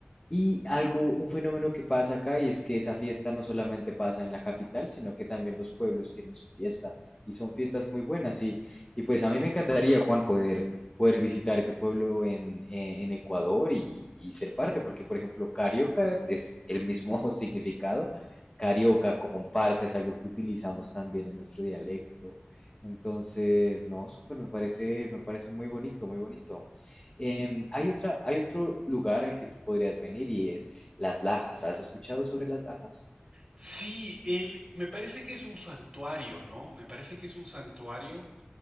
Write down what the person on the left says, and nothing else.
y algo, un fenómeno que pasa acá y es que esa fiesta no solamente pasa en la capital, sino que también los pueblos tienen su fiesta y son fiestas muy buenas. Y, y pues a mí me encantaría, Juan, poder, poder visitar ese pueblo en, eh, en Ecuador y, y ser parte, porque por ejemplo, carioca es el mismo <laughs> significado. Carioca, comparsa, es algo que utilizamos también en nuestro dialecto. Entonces, no, súper, me parece, me parece muy bonito, muy bonito. Em, hay otra, hay otro lugar al que tú podrías venir y es Las Lajas. ¿Has escuchado sobre Las Lajas?